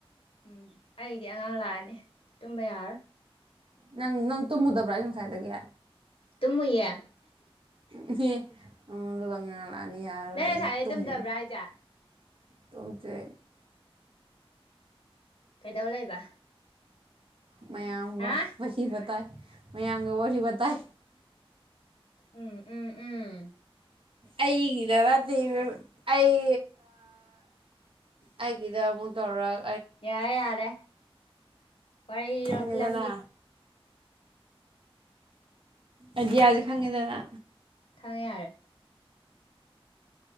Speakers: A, on the left; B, on the right.
A: ꯎꯝ ꯑꯩꯗꯤ ꯑꯉꯥꯡ ꯂꯥꯛꯑꯅꯤ ꯇꯨꯝꯕ ꯌꯥꯔꯣꯏ
B: ꯅꯪ ꯅꯪ ꯇꯨꯝꯃꯨꯗꯕ꯭ꯔꯥ ꯑꯩ ꯉꯁꯥꯏꯗꯒꯤ
A: ꯇꯨꯝꯃꯨꯏꯌꯦ
B: ꯏꯍꯦ ꯑꯣ ꯑꯗꯨꯒ ꯉꯥꯡ ꯂꯥꯛꯑꯅꯤ ꯌꯥꯔꯔꯣꯏ
A: ꯅꯪ ꯉꯁꯥꯏꯗꯩ
B: ꯇꯨꯝꯃꯨ
A: ꯇꯨꯝꯗꯕ꯭ꯔꯥ ꯍꯥꯏꯁꯦ
B: ꯇꯨꯝꯁꯦ
A: ꯀꯩꯗꯧ ꯂꯩꯕ
B: ꯃꯌꯥꯝꯒ
A: ꯍꯥ
B: ꯋꯥꯔꯤꯕꯇꯥꯏ ꯃꯌꯥꯝꯒ ꯋꯥꯔꯤꯕꯇꯥꯏ
A: ꯎꯝ ꯎꯝ ꯎꯝ
B: ꯑꯩꯒꯤꯗ ꯅꯠꯇꯦ ꯏꯕꯦꯝꯃꯥ ꯑꯩ ꯑꯩꯒꯤꯗ ꯑꯃꯨꯛ ꯇꯧꯔꯛ
A: ꯌꯥꯔꯦ ꯌꯥꯔꯦ ꯍ ꯏꯔꯣ
B: ꯈꯪꯉꯤꯗꯅ
A: ꯐꯤꯂꯝꯒꯤ
B: ꯑꯗꯤꯌꯥꯁꯦ ꯈꯪꯉꯤꯗꯅ
A: ꯈꯪꯉꯦꯔꯦ